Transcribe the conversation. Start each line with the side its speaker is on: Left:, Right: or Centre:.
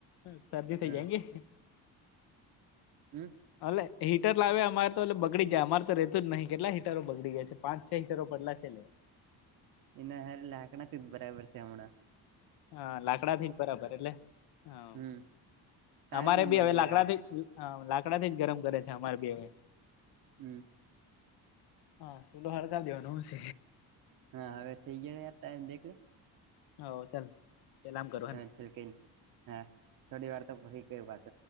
Left: શરદી થઈ
Right: હા
Left: જાય ગ આ?
Right: હમ
Left: અ હીટર લાવે અમારે તો એલે બગડી જાય અમારે તો ર રહેતું જ નહીિ કેટલા હીટરો બગડી ગયા છે પાંચ છ હીટરો પડલા છે એટલે
Right: ના હાર લ હાકણા તી બરાબર સવણા.
Left: હા લાકડા થી જ બરાબર એટલે હા
Right: હમ ટાઈમ
Left: અમારે બી
Right: મળી
Left: હવે લાકડા
Right: રહ્યા
Left: થી જ હા લાકડા થી જ ગરમ કરે છે અમારે ભી હવે
Right: હમ
Left: હા સુલો હળતા દીવાનું સ
Right: હા હવે થઇ ગયા યાર ટાઈમ દેખ લે?
Left: હ ચાલ પેલામ કરવાનું
Right: હા છખ હ થોડી વાર તો ફરી કર બસ